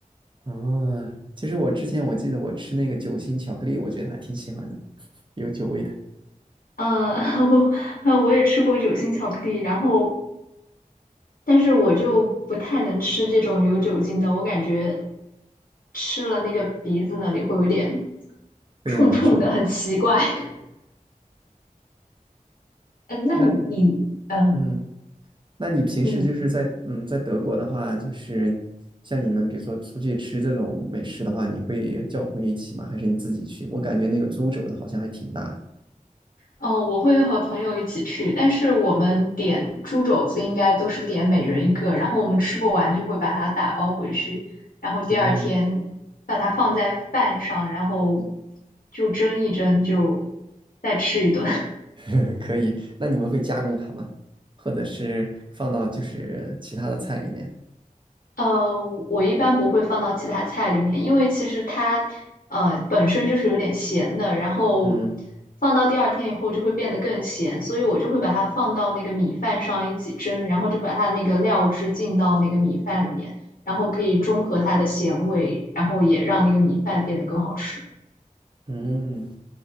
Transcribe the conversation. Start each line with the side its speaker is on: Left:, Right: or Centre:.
Right: 啊！其实我之前我记得我吃那个酒心巧克力，我觉得还挺喜欢的，有酒味的，
Left: 嗯，<laughs> 我呃我也吃过酒心巧克力，然后但是我就不太能吃这种有酒精的，我感觉吃了那个鼻子那里会有点
Right: 会有点难受。
Left: 冲冲的，很奇怪。<laughs> 呃，那你嗯、
Right: 那
Left: 呃
Right: 嗯，那你平时就是在嗯在德国的话，
Left: 你
Right: 就是像你们比如说出去吃这种美食的话，你会叫朋友一起吗？还是你自己去？我感觉那个租酒的好像还挺大
Left: 嗯，我会和朋友一起去，但是我们点猪肘子应该都是点每人一个，然后我们吃不完就会把它打包回去，然后第二天把它放在饭上，
Right: 的。啊
Left: 然后就蒸一蒸，就再吃一顿。<laughs>
Right: <laughs> 可以。那你们会加工它吗？或者是放到就是其他的菜里面？
Left: 呃，我一般不会放到其他菜里面，因为其实它呃本身就是有点咸的，然后
Right: 嗯
Left: 放到第二天以后就会变得更咸，所以我就会把它放到那个米饭上一起蒸，然后就把它那个料汁浸到那个米饭里面，然后可以中和它的咸味，然后也让那个米饭变得更好吃
Right: 嗯。